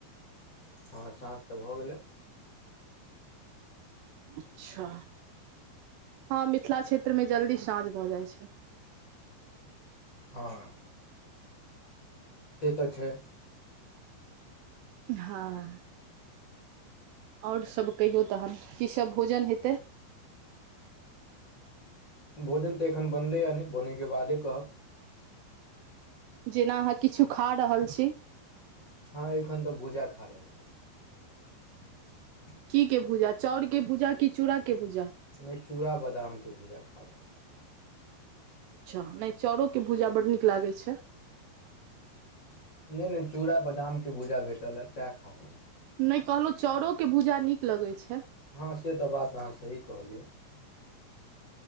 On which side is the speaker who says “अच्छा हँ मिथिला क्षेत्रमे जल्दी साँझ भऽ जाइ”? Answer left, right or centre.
Right